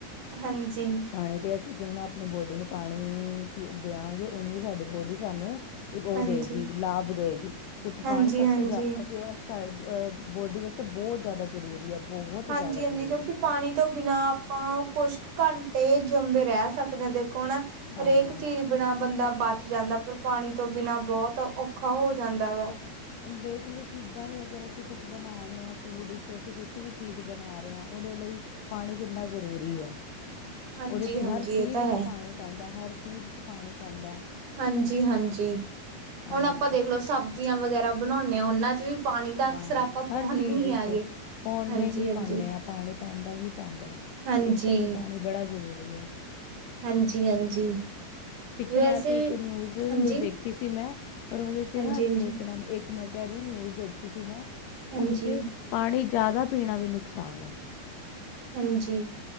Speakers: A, on the right; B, on the left.
A: ਹਾਂਜੀ।
B: ਪਾਣੀ ਤੇ ਅਸੀ ਜਿੰਨਾ ਆਪਣੀ ਬੋਡੀ ਨੂੰ ਪਾਣੀ ਪੀ ਦਿਆਂਗੇ ਓਨੀ ਸਾਡੀ ਬੋਡੀ ਸਾਨੂੰ ਉਹ
A: ਹਾਂਜੀ,
B: ਦੇਗੀ ਲਾਭ ਦੇਗੀ ਕਿਉਂਕਿ
A: ਹਾਂਜੀ,
B: ਪਾਣੀ ਸਭ
A: ਹਾਂਜੀ।
B: ਤੋਂ ਜ਼ਿਆਦਾ ਅ ਸਾਡੇ ਅ ਬੋਡੀ ਵਾਸਤੇ ਬਹੁਤ ਜਾਦਾ ਜ਼ਰੂਰੀ ਆ ਬਹੁਤ
A: ਹਾਂਜੀ,
B: ਜਾਦਾ ਜ਼ਰੂਰੀ।
A: ਹਾਂਜੀ ਕਿਉਂਕਿ ਪਾਣੀ ਤੋਂ ਬਿਨਾ ਆਪਾ ਕੁਛ ਘੰਟੇ ਜਮਦੇ ਰਹਿ ਸਕਦੇ ਹਾਂ ਦੇਖੋ ਹੁਣ
B: ਹਾਂ
A: ਹਰ ਏਕ ਚੀਜ਼ ਬਿਨਾ ਬੰਦਾ ਬਚ ਜਾਂਦਾ ਪਰ ਪਾਣੀ ਤੋਂ ਬਿਨਾਂ ਬਹੁਤ ਔਖਾ ਹੋ ਜਾਂਦਾ ਵਾ।
B: ਦੇਖਲੋ ਚੀਜ਼ਾਂ ਵੀ ਅਗਰ ਅਸੀ ਕੁਛ ਬਣਾ ਰਹੇ ਹਾਂ ਫੂਡ ਚ ਅਸੀ ਕੁਛ ਵੀ ਚੀਜ਼ ਬ ਨਹਾ ਰੇ ਆ ਉਹਦੇ ਲਈ ਪਾਣੀ ਕਿੰਨਾ ਜ਼ਰੂਰੀ ਹੈ।
A: ਹਾਂਜੀ,
B: ਉਹਦੇ ਚ
A: ਹਾਂਜੀ
B: ਹਰ ਚੀਜ਼
A: ਇਹ ਤਾਂ
B: ਇਚ
A: ਹੈ।
B: ਪਾਣੀ ਪੈਂਦਾ ਹਰ ਚੀਜ਼ ਇਚ ਪਾਣੀ ਪੈਂਦਾ।
A: ਹਾਂਜੀ-ਹਾਂਜੀ
B: ਹਾਂ
A: ਹੁਣ ਆਪਾ ਦੇਖਲੋ ਸਬਜ਼ੀਆ ਵਗੈਰਾ ਬਣਾਉਂਦੇ ਹਾ ਉਹਨਾ ਚ ਵੀ ਪਾਣੀ ਦਾ
B: ਹਾਂ,
A: ਅਕਸਰ ਆਪਾਂ
B: ਹਰ
A: ਪਾਉਂਦੇ
B: ਚੀਜ਼
A: ਹੀ ਆਗੇ।
B: ਚ ਹੋਣ
A: ਹਾਂਜੀ
B: ਦੇ ਹੀ
A: ਹਾਂਜੀ
B: ਪਾਉਂਦੇ ਆ ਪਾਣੀ ਪੈਣਦਾ ਹੀ ਪੈਂਦਾ।
A: ਹਾਂਜੀ
B: ਤੇ ਇਸ ਕਰਕੇ ਪਾਣੀ ਬੜਾ ਜ਼ਰੂਰੀ ਹੈ।
A: ਹਾਂਜੀ ਹਾਂਜੀ
B: ਪਿੱਛੇ
A: ਵੈਸੇ
B: ਮੈਂ ਅਸੀਂ ਇੱਕ
A: ਵੀ
B: ਨਿਊਜ਼
A: ਹਾਂਜੀ
B: ਦੇਖ ਖੀ ਸੀ ਮੈਂ ਪਰ ਉਹਦੇ ਚ
A: ਹਾਂਜੀ
B: ਨਾ
A: ਹਾਂਜੀ
B: ਨਾਮ ਇੱਕ ਮੈਂ ਕਹਿ ਰਹੀ ਹਾ ਨਿਊਜ਼ ਦੇਖ ਸੀ ਮੈਂ ਉਹਦੇ
A: ਹਾਂਜੀ
B: ਚ ਪਾਣੀ ਜਾਦਾ ਪੀਣਾ ਵੀ ਨੁਕਸਾਨ ਹੈ।
A: ਹਾਂਜੀ,